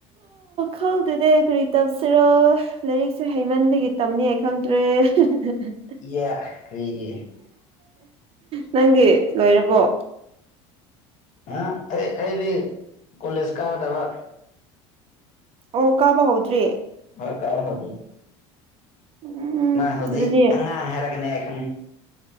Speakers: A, on the right; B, on the left.
A: ꯈꯪꯗꯦꯅ‌ꯦ ꯀꯔꯤ ꯇꯝꯁꯤꯔꯣ ꯂꯥꯏꯔꯤꯛꯁꯦ ꯍꯩꯃꯟꯕꯒꯤ ꯇꯝꯅꯤ ꯍꯥꯏ ꯈꯪꯗ꯭ꯔꯦ <unintelligible>
B: ꯏꯌꯥ ꯀꯔꯤꯒꯤ
A: ꯅꯪꯗꯤ ꯂꯣꯏꯔꯥꯕꯣ
B: ꯑꯥ ꯑꯩ ꯑꯩꯗꯤ ꯀꯣꯂꯦꯖ ꯀꯥꯗꯕ
A: ꯑꯣ ꯀꯥꯕ ꯍꯧꯗ꯭ꯔꯤ
B: ꯍꯣꯏ ꯀꯥꯕ ꯍꯧꯗ꯭ꯔꯤ
A: ꯎꯝ
B: ꯅꯪ ꯍꯧꯖꯤꯛ
A: ꯑꯗꯨꯗꯤ
B: ꯑꯉꯥꯡ ꯍꯥꯏꯔꯛꯀꯅꯤ ꯑꯩ ꯈꯪꯉꯦ